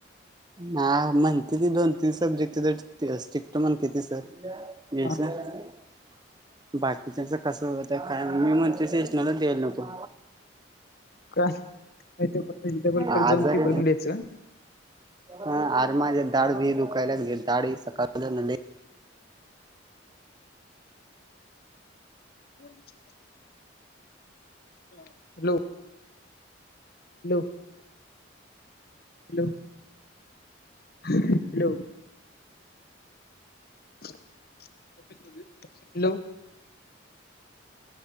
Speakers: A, on the right; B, on the left.
A: हा म्हणत्याती दोन तीन सब्जेक्ट तर स्ट्रिकट म्हणते म्हणत्याती सर. येचा
B: हा हा
A: बाकीच्याच कसं होत काय मी म्हणतोय पण <unintelligible> द्यायला नको.
B: का <unintelligible> परत
A: आजारी
B: जाऊन पेपर द्यायचं.
A: हा आरे माझी दाढ ही दुखायला लागल्या दाढ एक सकाळपासुन लई
B: <inaudible> hello. Hello, hello, hello. Hello.